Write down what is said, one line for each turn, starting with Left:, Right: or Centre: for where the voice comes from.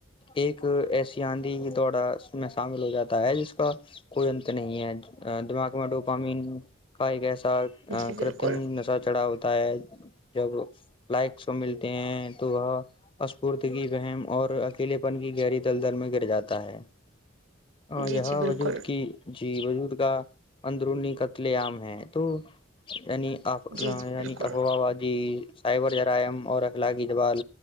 Left: ایک ایسی آندھی دوورہ اس میں شامل ہو جاتا ہے جس کا کوئی انتر نہیں ہے دماغمڈو لوگ سوام کا ایک ایسا
Right: جی بالکل
Left: کرتم نشہ چڑھا ہوتا ہے جب لائکس کو ملتے ہیں تو وہ اسفورتی کی بم اور اکیلے پن کی گہری تل دل میں گر جاتا ہے ہاں
Right: جی
Left: یہاں
Right: جی بالکل
Left: وجود کی جی وجود کا اندرونی قتل عام ہیں تو یعنی افوا
Right: جی جی
Left: یعنی
Right: بالکل
Left: افوا وادی سائبر جرائم اور اخلاقی جوال